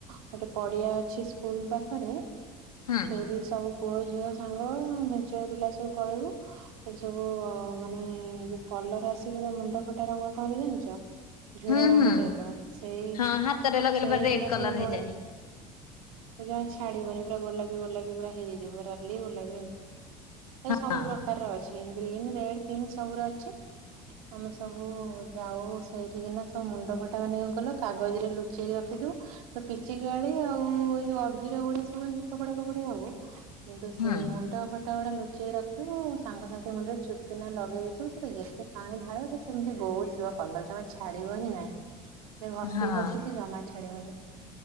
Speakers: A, on the right (about 75°); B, on the left (about 85°).
A: ଗୋଟେ ପଡିଆ ଅଛି ସ୍କୁଲ ପାଖରେ
B: ହୁଁ
A: ସେଇଠିକି ସବୁ ପୁଅ ଝିଅ ସ ସାଙ୍ଗ ଆମେ ଝିଅପିଲା ସବୁ ପଳେଇବୁ ସେଠି ସବୁ ମାନେ ଯୋଉ କଲର ଆସେନି ନା ମୁଣ୍ଡ କଣ ଜାଣିଚ? ଝୁରା
B: ହୁଁ
A: ରଙ୍ଗ
B: ହୁଁ
A: ଟାଇପର ସେଇ
B: ହଁ ହାତରେ ଲଗେଇଲେ
A: ସେଇଗୁଡା
B: ପରେ ରେଡ୍ କଲର
A: ସବୁ
B: ହେଇଯାଏ।
A: ଗୋଳା ସେଇ ପା ଛାଡିବନି ପୁରା ଗୋଲାପି ଗୋଲାପି ପୁରା ହେଇଯିବ ରାଲିି ଗୋଲାପି ଏମିତି। ଏ ସବୁ
B: ହଁ
A: ପ୍ରକାରର ଅଛି। ଗ୍ରୀନ୍ ରେଡ୍ ପିଙ୍କ୍ ସବୁର ଅଛି ଆମ ସ ସବୁ ଯାଉ ସେଇଠିକିନା ସବୁ ମୁଣ୍ଡ ଫଟା ମାନେ କଣ କଲ କାଗଜ ରେ ଲୁଚେଇକି ରଖିିଥିବୁ, ପିଚିକାଳି ଆଉ ଯୋଉ ଅଭିିର ଗୁଡା ସବୁ ଏମତି ଫୋବାଡ଼ା ଫୋବାଡ଼ି ହବୁ କିନ୍ତୁ
B: ହୁଁ
A: ସେଇ ମୁଣ୍ଡ ଫ କଣ ଲୁଚେଇ ରଖିଥିବୁ, ସାଙ୍ଗସାଥି ମୁଣ୍ଡରେ ଚୁପ୍ କିନା ଲଗେଇ ଦେଇଥିବୁ, ସେ ଯେତେ ପାଣି ଢ଼ାଳିବେ ସେ ସେମତି ବହୁଥିବ କଲର ଜମା ଛାଡ଼ିବ ହିଁ ନାଇଁ। ସେ ଘସି
B: ହଁ
A: ଘସି ସେ ଜମା ଛାଡିବନି।